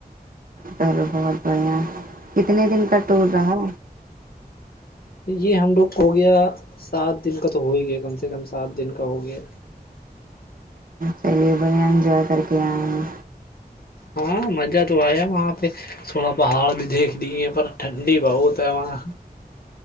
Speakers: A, on the right; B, on the left.
A: چلو بہت بڑھیا ہے کتنے دن کا ٹور رہا
B: یہ ہم لوگ کو ہو گیا سات دن کا تو ہو ہی گیا کم سے کم سات دن کا ہو گیا
A: چلیے بڑھیا انجوائے کر کے آئے ہیں
B: ہاں مزہ تو آیا وہاں پہ تھوڑا پہاڑ بھی دیکھ لے ہیں پر ٹھنڈی بہت ہے وہاں